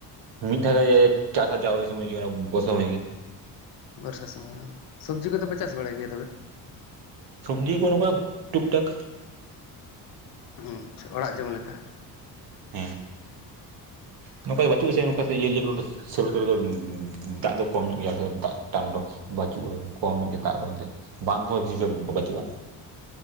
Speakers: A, on the right; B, on the left.
A: ᱢᱤᱫ ᱫᱷᱟᱜ ᱮᱜ ᱦᱟᱪᱟᱣ ᱚᱥᱚᱢᱚᱭ ᱦᱤᱡᱩᱜᱼᱟ ᱚᱱᱟ ᱵᱚᱥᱚ ᱨᱮ ᱜᱮ
B: ᱵᱚᱨᱥᱟ ᱥᱚᱢᱚᱭ ᱦᱤᱡᱩᱜᱼᱟ ᱥᱚᱵᱽᱡᱤ ᱠᱚᱫᱚᱯᱮ ᱪᱟᱥ ᱵᱟᱲᱟᱭ ᱜᱮᱭᱟ ᱛᱚᱵᱮ
A: ᱥᱚᱵᱡᱤ ᱠᱚ ᱱᱚᱝᱠᱟ ᱴᱩᱠ ᱴᱟᱠ
B: ᱦᱩᱸ ᱪᱷᱟ ᱚᱲᱟᱜ ᱡᱚᱢ ᱞᱮᱠᱟ
A: ᱦᱮᱸ ᱱᱚᱝᱠᱟ ᱵᱟᱹᱪᱩᱜ ᱟ ᱥᱮ ᱱᱚᱝᱠᱟ ᱤᱭᱟᱹ ᱡᱮ ᱠᱚ ᱥᱮᱞᱚ ᱠᱚ ᱨᱮ ᱫᱚ ᱫᱟᱜ ᱫᱚ ᱠᱚᱢ ᱧᱚᱜ ᱜᱮᱭᱟ ᱫᱟᱜ ᱴᱟᱱ ᱫᱚ ᱵᱟᱹᱪᱩᱜᱼᱟ ᱠᱚᱢ ᱧᱚᱜ ᱜᱮ ᱫᱟᱜ ᱫᱚᱛᱮ ᱵᱟᱸ ᱠᱚᱦᱚᱸ ᱵᱮᱥᱤ ᱵᱟᱹᱪᱩᱜᱼᱟ᱾